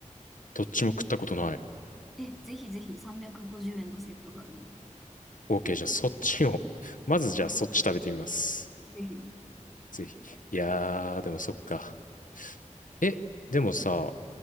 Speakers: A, on the left; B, in the centre.
A: どっちも食ったことない。
B: え、ぜひぜひ350円のセットがあるので。
A: OK、じゃあそっちを。<laughs> まずじゃあそっち食べてみます。
B: <laughs> うんぜひ。
A: ぜひ。いやー、でもそっか。え、でもさ、